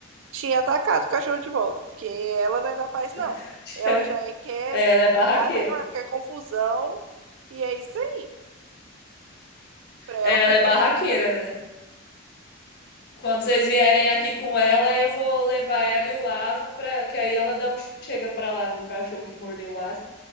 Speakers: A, on the right (about 65°); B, on the left (about 55°).
A: tinha atacado o cachorro de volta. Porque ela não é da paz, não.
B: <laughs>
A: Ela já é- quer
B: É, ela é barraqueira.
A: brigar mesmo, ela quer confusão. E é isso aí. Pra ela
B: É,
A: funciona
B: Ela é barraqueira,
A: é assim.
B: né? Quando vocês vierem aqui com ela, eu vou levar ela e o Aslan para que aí ela dá um chega pra lá no cachorro que mordeu o Aslan,